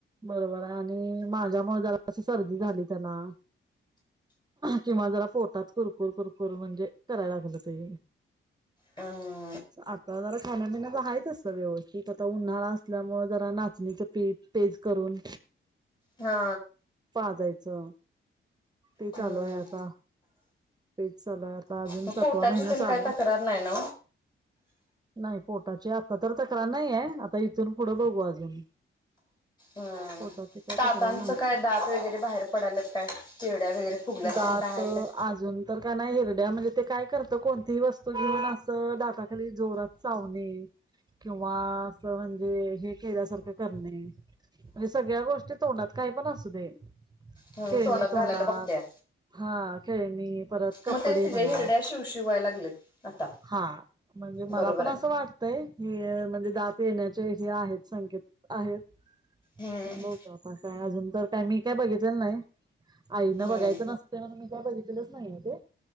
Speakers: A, on the right; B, on the left.
A: बरोबर आहे आणि माझ्या मजाला सर्दी झाली त्याला किंवा जरा पोटात कुरकुर कुरकुर म्हणजे करायला लागलं ते
B: ह
A: आता जरा खाण्यापिण्याचं आहेच असतं व्यवस्थित आता उन्हाळा असल्यामुळे जरा नाचणीचं पीठ पेज करून
B: हा
A: पा जायचं ते
B: हम्म
A: चालूय आता तेच चालूय आ अजून
B: मग
A: सातवा
B: पोटाची
A: महिना
B: तेन
A: चालय
B: काय तक्रार नाही ना
A: नाही पोटाची आता तर तक्रार नाहीये आता इथून पुढे बघू अजून
B: हम्
A: पोटाची काय
B: दातांचं
A: तक्रार नाही
B: काय दात वगैरे बाहेर पडाल काय चिरड्या वगैरे फुगल्यात
A: दात
B: तेन काय हाय काय?
A: अजून तर का नाही हिरड्या म्हणजे ते काय करतं कोणतीही वस्तू घेऊन असं दाताखाली जोरात सावणे किंवा अस म्हणजे हे केल्यासारखं करणे म्हणजे सगळ्या गोष्टी तोंडात काही पण असू दे
B: हम्म
A: खेळणी
B: तोंडात घालायला
A: तोंडात
B: बघत्या
A: हा क मी परत कपडे
B: मग तेच तिच्या
A: म्हणा
B: हिरड्या शिवशिव व्हायला लागल्यात आता.
A: हा म्हणजे मला
B: बरोबर
A: पण
B: आहे
A: असं वाटत हे म्हणजे दात येण्याचे हे आहेत संकेत आहेत
B: हम्म
A: पण ब का आता काय अजून तर काय मी काय बघितलेलं नाही आईन
B: हम्म
A: बघायचं नसते ना मी काय बघितलेलंच नाही ते